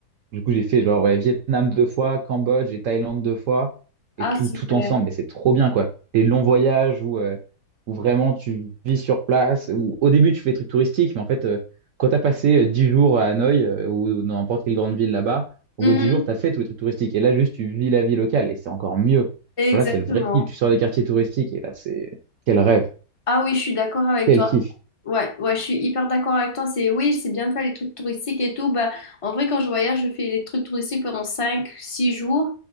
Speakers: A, on the right; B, on the left.
A: Du coup, j'ai fait genre ouais, Vietnam deux fois, Cambodge et Thaïlande deux fois, et
B: Ah,
A: tout,
B: super.
A: tout ensemble. Mais c'est trop bien, quoi. Les longs voyages où, euh, où vraiment tu vis sur place, où au début tu fais des trucs touristiques, mais en fait, euh, quand tu as passé euh, 10 jours à Hanoï euh, ou dans n'importe quelle grande ville là-bas,
B: Mhm.
A: au bout de 10 jours, tu as fait tous les trucs touristiques. Et là, juste, tu vis la vie locale, et c'est encore mieux.
B: Exactement.
A: Genre là, c'est le vrai kiff. Tu sors des quartiers touristiques, et là, c'est quel rêve,
B: Ah oui, je suis d'accord avec
A: quel
B: toi.
A: kiff.
B: Ouais, ouais, je suis hyper d'accord avec toi. C'est oui, c'est bien de faire les trucs touristiques et tout. Bah, en vrai, quand je voyage, je fais les trucs touristiques pendant 5, 6 jours